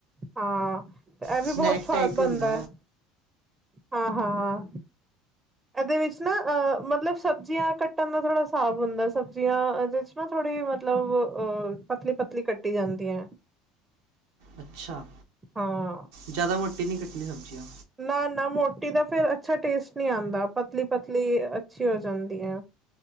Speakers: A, on the right; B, on the right.
A: ਹਾਂ ਤੇ ਇਹ ਵੀ
B: ਸਨੈਕ
A: ਬਹੁਤ ਸਵਾਦ
B: ਟਾਈਪ
A: ਬਣਦਾ
B: ਹੀ ਹੁੰਦਾ
A: ਹੈ। ਹਾਂ ਹਾਂ। ਇਹਦੇ ਵਿੱਚ ਨਾ ਅਹ ਮਤਲਬ ਸਬਜ਼ੀਆਂ ਕੱਟਣ ਦਾ ਥੋੜ੍ਹਾ ਹਿਸਾਬ ਹੁੰਦਾ ਸਬਜ਼ੀਆਂ। ਉਹਦੇ ਵਿੱਚ ਨਾ ਥੋੜੀ ਮਤਲਬ ਅ ਪਤਲੀ ਪਤਲੀ ਕੱਟੀ ਜਾਂਦੀ ਹੈ।
B: ਅੱਛਾ
A: ਹਾਂ
B: ਜ਼ਿਆਦਾ ਮੋਟੀ ਨਹੀਂ ਕੱਟਣੀ ਸਬਜ਼ੀਆਂ।
A: ਨਾ ਨਾ ਮੋਟੀ ਦਾ ਫੇਿਰ ਅੱਛਾ ਟੇਸਟ ਨਹੀਂੀ ਆਉਂਦਾ ਪਤਲੀ ਪਤਲੀ ਅੱਛੀ ਹੋ ਜਾਂਦੀ ਹੈ।